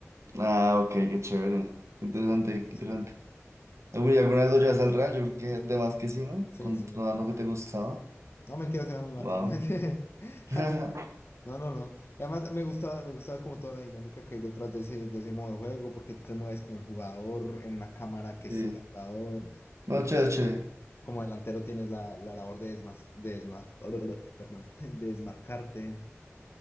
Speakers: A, on the right; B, on the left.
A: Ah, ok, qué chévere. Interesante,
B: Sí,
A: interesante. Eh, güey, ¿alguna vez lo llevas al Real? Yo creo que de más que sí, ¿no?
B: sí,
A: Con,
B: sí,
A: con
B: claro.
A: algo que te gustaba.
B: No, mentiras, era muy malo.
A: Wow.
B: No, mentira. <laughs>
A: <laughs>
B: No, no, no. Y Además, me gustaba, me gustaba como toda la dinámica que hay detrás de ese, de ese modo de juego, porque tú te mueves con el jugador en una cámara que
A: Sí.
B: sigue al jugador.
A: No,
B: Entonces,
A: chévere, chévere.
B: Como delantero tienes la, la labor de, desmas, de desmas- <laughs> perdón, de desmarcarte,